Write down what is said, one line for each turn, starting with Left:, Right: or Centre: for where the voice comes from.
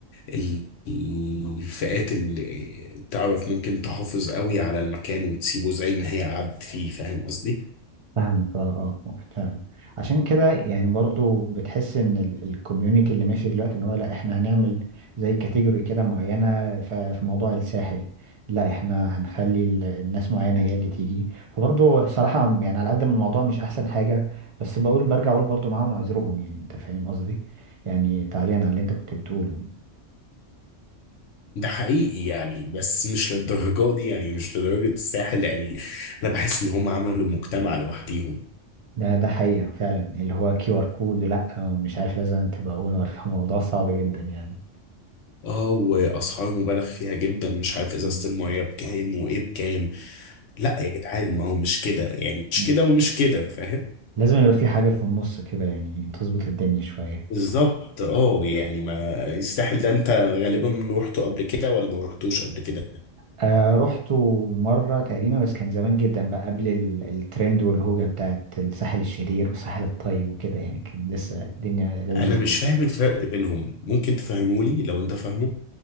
Left: ال الفئات اللي آه، تعرف ممكن تحافظ قوي على المكان وتسيبه زي ما هي قعدت فيه فاهم قصدي؟
Right: فاهمك اه اه آه، فعلا عشان كده يعني برضو بتحس ان الكوميونتي اللي ماشي دلوقتي ان هو لا احنا هنعمل زي كاتيجوري كده معينة ف- في موضوع الساحل لا احنا هنخلي ال- الناس معينة هي اللي تيجي فبرضو صراحة يعني على قد ما الموضوع مش احسن حاجة بس بقول برجع اقول برضو معاهم عذرهم يعني انت فاهم قصدي يعني تعليقا على اللي انت كنت بتقوله يعني.
Left: ده حقيقي يعني بس مش للدرجة دي يعني مش لدرجة الساحل يعني أنا بحس إن هم عملوا مجتمع لوحديهم
Right: ده ده حقيقة فعلا اللي هو كيو ار كود لا مش عارف لازم تبقى اونر <laughs> موضوع صعب جدا يعني
Left: اه وأسعار مبالغ فيها جدا مش عارف إزازة
Right: مم.
Left: المية بكام وإيه بكام لا يا جدعان ما هو مش كده يعني مش
Right: مم.
Left: كده ومش كده فاهم
Right: لازم يبقى في حاجة في النص كده يعني تظبط الدنيا شوية
Left: بالظبط اه يعني ما الساحل ده أنت غالبا روحته قبل كده ولا ما روحتوش قبل كده
Right: آه رحت مرة تقريبا بس كان زمان جدا بقى قبل ال- الترند والهوجة بتاعت الساحل الشرير والساحل الطيب وكده يعني كان لسه الدنيا لذيذة
Left: أنا مش
Right: يعني.
Left: فاهم الفرق بينهم ممكن تفهمولي لو أنت فاهمه